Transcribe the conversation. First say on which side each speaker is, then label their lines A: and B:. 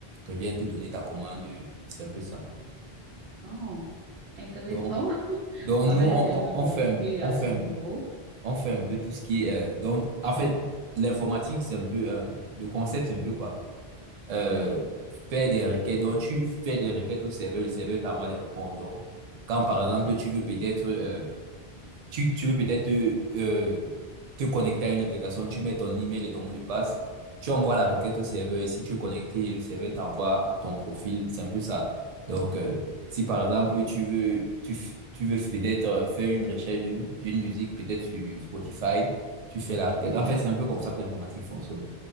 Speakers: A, on the right; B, on the right.
A: revient te donner ta commande. C'est un peu ça.
B: Oh, intéressant.
A: Donc,
B: <laughs>
A: donc
B: Avec
A: nous, on,
B: des thèmes
A: on, on
B: compliqués
A: fait un, on,
B: à
A: fait
B: ce
A: un,
B: niveau.
A: on fait un peu tout ce qui est. euh, donc, en fait, l'informatique, c'est un peu. euh, le concept, c'est un peu quoi? Euh,
B: Oui,
A: faire des requêtes. Donc, tu fais des requêtes au serveur. Le serveur t'envoie des réponses. Donc, quand par exemple, tu veux peut-être. euh, Tu, tu veux peut-être te euh, te connecter à une application, tu mets ton email et ton mot de passe, tu envoies la requête au serveur et si tu es connecté, le serveur t'envoie ton profil, c'est un peu ça. Donc, euh, si par exemple tu veux, tu, f- tu veux peut-être euh, faire une recherche d'une d'une musique, peut-être sur Spotify, tu fais la requête.
B: oui.
A: En fait, c'est un peu comme ça que l'informatique fonctionne, de